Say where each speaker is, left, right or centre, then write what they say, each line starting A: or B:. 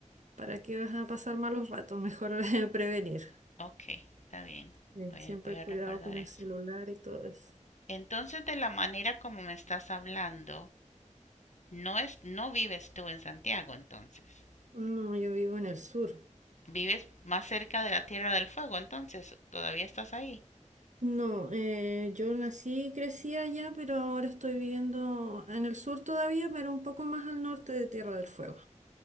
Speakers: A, on the right; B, on the left.
A: ¿para qué vas a pasar malos ratos? Mejor <laughs> prevenir.
B: Ok, está bien.
A: Eh,
B: Voy
A: siempre
B: a, voy a
A: cuidado
B: recordar
A: con el
B: eso.
A: celular y todo eso.
B: Entonces, de la manera como me estás hablando, no es, no vives tú en Santiago, entonces.
A: No, yo vivo en el sur.
B: Vives más cerca de la Tierra del Fuego, entonces todavía estás ahí.
A: No, eh, yo nací y crecí allá, pero ahora estoy viviendo en el sur todavía, pero un poco más al norte de Tierra del Fuego.